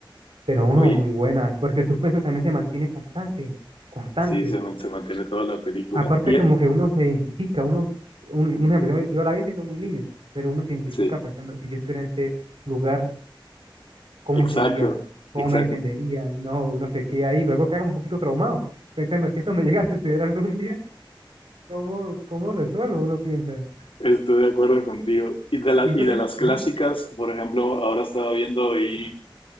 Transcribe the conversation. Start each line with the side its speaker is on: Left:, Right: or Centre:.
Right: Pero uno,
Left: Oye,
Right: muy buenas. Porque el suspenso también se mantiene constante, constante.
Left: Sí, se, man- se mantiene toda la película.
Right: Aparte
Left: Y,
Right: como
Left: eh,
Right: que uno se identifica, uno, un, un ejemplo, yo, me- yo la vi siendo muy niño, pero uno se identifica
Left: sí,
Right: pensando, si yo estuviera en ese lugar, ¿cómo
Left: exacto,
Right: sería? ¿Cómo
Left: exacto.
Right: me defendería? Y No, uno se queda ahí. Luego queda un poquito traumado, pensando, si esto me llega a suceder algún día, ¿cómo, cómo resuelvo? Uno piensa.
Left: Estoy de acuerdo contigo. Y de la-
Right: Y eso
Left: y de
Right: le...
Left: las clásicas,
Right: Ajá,
Left: por ejemplo, ahora estaba viendo ahí